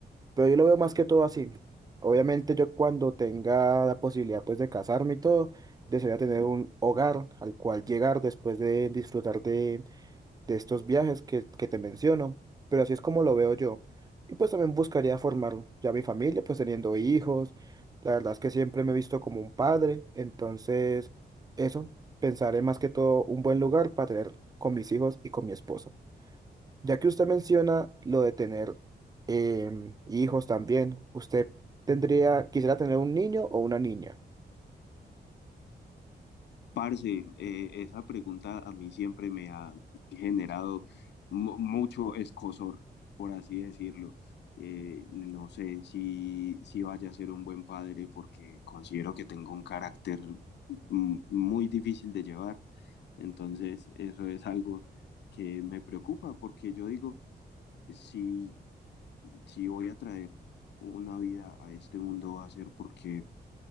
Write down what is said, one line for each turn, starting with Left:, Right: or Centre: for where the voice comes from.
Right: pero yo lo veo más que todo así. Obviamente yo cuando tenga la posibilidad pues de casarme y todo, desearía tener un hogar al cual llegar después de disfrutar de, de estos viajes que, que te menciono. Pero así es como lo veo yo. Y pues también buscaría formar ya mi familia, pues teniendo hijos. La verdad es que siempre me he visto como un padre. Entonces, eso, pensaré más que todo un buen lugar para tener con mis hijos y con mi esposa. Ya que usted menciona lo de tener em, hijos también, ¿usted tendría, quisiera tener un niño o una niña?
Left: Parce, eh, esa pregunta a mí siempre me ha generado mu- mucho escozor, por así decirlo. Eh, no sé si, si vaya a ser un buen padre porque considero que tengo un carácter mm, muy difícil de llevar. Entonces, eso es algo que me preocupa porque yo digo, si si voy a traer una vida a este mundo va a ser porque